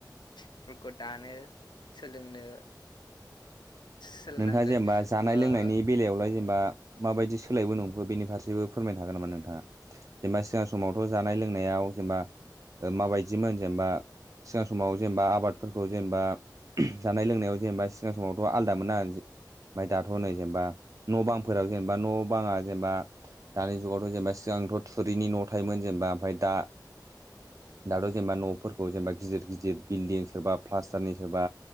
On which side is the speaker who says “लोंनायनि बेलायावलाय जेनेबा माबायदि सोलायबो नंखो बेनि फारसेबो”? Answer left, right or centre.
Right